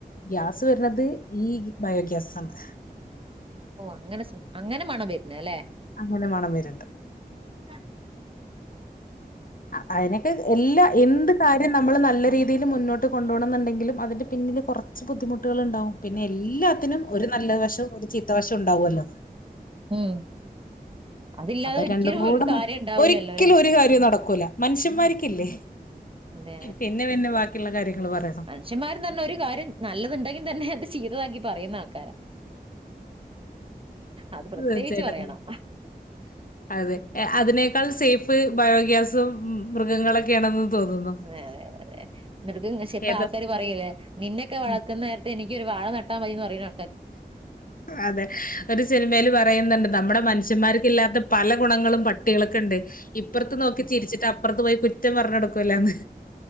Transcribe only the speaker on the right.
ഓഹ് അങ്ങനെ സ്മെ അങ്ങനെ മണം വരുന്നതല്ലെ
<unintelligible>
ഉം അതില്ലാതെ
ഒരിക്കലും
ഒരു കാര്യം ഉണ്ടാവൂലല്ലോല്ലേ?
അതെ
മനുഷന്മാരും തന്നെ ഒരു കാര്യം നല്ലത്ണ്ടെങ്കിൽ തന്നെ അത് ചീത്തതാക്കി പറയുന്ന ആൾക്കാരാ. അത് പ്രത്യേകിച്ച്
പറയണം.
അതെ അതെ അതെ അതെ. മൃഗങ് പക്ഷെ ഇപ്പ
ആൾക്കാര് പറയുല്ലേ നിന്നെക്കെ വളർക്കുന്ന
നേരത്തെ എനി ക്ക്യൊരു വാഴ നട്ടാ മതീന്ന് പറിണ.